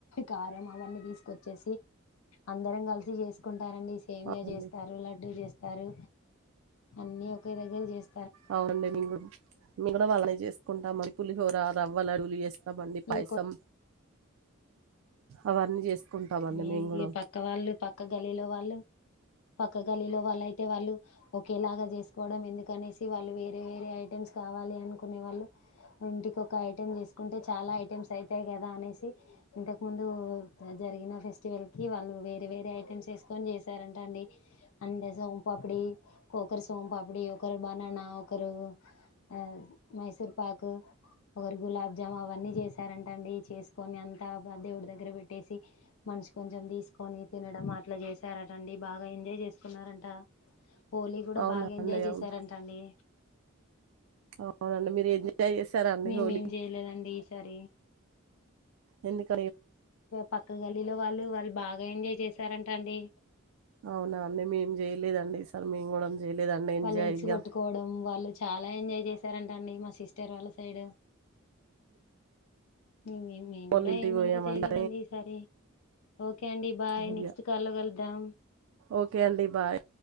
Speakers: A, on the left (about 80°); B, on the right (about 75°).
A: కారం అవన్నీ తీసుకొచ్చేసి అందరం కలిసి చేసుకు రండి సేమ్యా
B: అవునండి
A: చేస్తారు <unintelligible> చేస్తారు అన్ని ఒకే దగ్గర చేస్
B: అవునండి మేం కూడా <unintelligible> వాళ్ళనే చేస్తా <unintelligible> పులిహోర రవ్వ లడ్డులు చేస్త <unintelligible> పాయసం
A: ఇగ
B: అవన్నీ చేసుకుంటామండి
A: ఈ
B: మేము కూడా
A: ఈ పక్క వాళ్ళు పక్క గల్లీ లో వాళ్ళు పక్క గల్లీలో వాళ్ళు అయితే వాళ్ళు ఒకేలాగా చేసుకోవడం ఎందుకు అనేసి వాళ్ళు వేరే వేరే ఐటెమ్స్ కావాలి అనుకునే వాళ్ళు ఇంటికి ఒక ఐటెం చేసుకుంటే చాలా ఐటెమ్స్ అయితాయి గదా అనేసి ఇంతకు ముందు జరిగిన ఫెస్టివల్ కి వాళ్ళు వేరే వేరే ఐటెమ్స్ వేసుకొని చేసారంట అండి అంటే సోంపాపిడి ఒకరి సోంపాపిడి ఒకరి బనానా ఒక్కరు ఆ మైసూర్ పాకు ఒకరు గులాబ్ జాము అవన్నీ చేసారంటండి చేసుకొని అంతా దేవుడి దగ్గర పెట్టి పెట్టేసి మనిషి కొంచెం తీసుకొని తినడం అట్లా చేసారటండి బాగా ఎంజాయ్ చేసుకున్నారంట హోలీ కూడా
B: అవునండి
A: బాగా ఎంజాయ్ చేసారంట
B: అవును
A: అండి
B: అవునండి మీరు ఎంజాయ్ చేశారా అండి
A: మేమేం
B: హోలీకి
A: చేయలేదండి సరి
B: ఎందుకు
A: పక్క గలీలో వాళ్ళు వాళ్ళ బాగా ఎంజాయ్ చేసారంట అండి
B: అవునా అండి మేం చేయలేదండి ఈసార్ మేము కూడా చేయలేదండి ఎంజాయ్
A: వాళ్ళు ఎగ్స్
B: ఇక
A: కొట్టుకోవడం వాళ్ళు చాలా ఎంజాయ్ చేసారంట అండి మా సిస్టర్ వాళ్ళ సైడ్ ే మేము
B: వాళ్ళ
A: కూడా
B: ఇంటికి
A: ఏమంతా
B: పోయామండి
A: చేయలేదండి ఈసారి ఓకే అండి బాయ్
B: ఇక
A: నెక్స్ట్ కాల్ కలి దాం
B: ఓకే అండి బాయ్